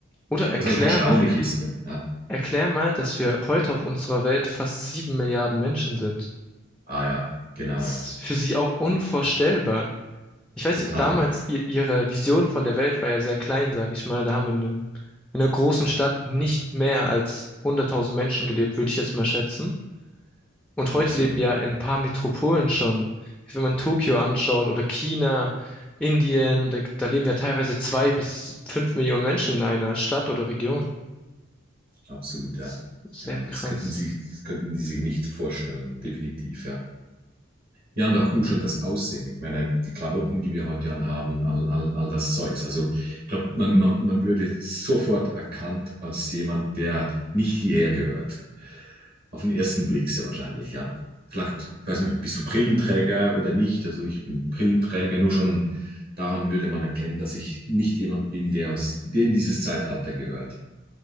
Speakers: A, in the centre; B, on the right (about 50°).
A: Oder erklär
B: Was eigentlich erstaunlich
A: mal,
B: ist. Ja. Ja.
A: erklär mal, dass wir heute auf unserer Welt fast sieben Milliarden Menschen sind.
B: Ah ja, genau,
A: Das
B: ja.
A: ist für sie auch unvorstellbar. Ich weiß,
B: Total,
A: damals,
B: ja.
A: ihr, ihre Vision von der Welt war ja sehr klein, sage ich mal. Da haben in einem, in einer großen Stadt nicht mehr als hunderttausend Menschen gelebt, würde ich jetzt mal schätzen. Und heute
B: Absolut,
A: leben ja in ein paar Metropolen schon. Wenn man Tokio anschaut oder China, Indien, da, da leben ja teilweise zwei bis fünf Millionen Menschen in einer Stadt oder Region.
B: absolut, ja.
A: S- Sehr
B: Genau,
A: krass.
B: das könnten sie, das könnten die sich nicht vorstellen, definitiv, ja. Ja, und auch nur schon das Aussehen. Ich meine, die Klamotten, die wir heute anhaben, all, all, all das Zeugs. Also ich glaube, man, man, man würde sofort erkannt als jemand, der nicht hierher gehört. Auf den ersten Blick sehr wahrscheinlich, ja. Vielleicht, ich weiß nicht, bist du Brillenträger oder nicht? Also ich bin Brillenträger, nur schon daran würde man erkennen, dass ich nicht jemand bin, der aus, der in dieses Zeitalter gehört.